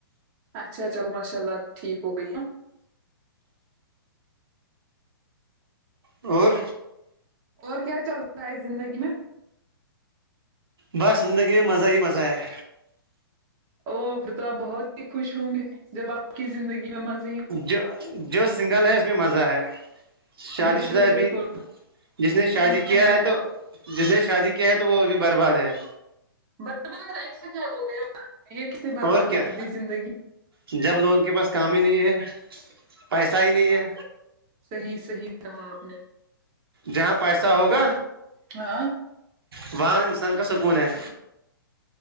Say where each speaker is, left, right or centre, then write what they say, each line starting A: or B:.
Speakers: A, on the right; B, on the right.
A: اچھا چلو ماشاء اللہ ٹھیک ہو گئی ہے
B: اور
A: اور کیا چل رہا ہے زندگی میں
B: بس زندگی میں مزہ ہی مزہ ہے
A: او پھر تو آپ بہت ہی خوش ہوں گے جب آپ کی زندگی میں مزہ
B: جو جو سنگل ہے اس میں مزہ ہے شادی
A: بالکل
B: شدہ ابھی
A: بالکل
B: جس نے شادی
A: ٹینشن
B: کیا
A: میں
B: ہے تو جس نے شادی کیا ہے تو وہ ابھی برباد ہے
A: برباد ایسا کیا ہو گیا یہ کس نے برباد
B: اور کیا
A: کر دی زندگی
B: جب لوگوں کے پاس کام ہی نہیں ہے پیسہ ہی نہیں ہے
A: صحیح صحیح کہا آپ نے
B: جہاں پیسہ ہوگا
A: ہاں
B: وہاں انسان کا سکون ہے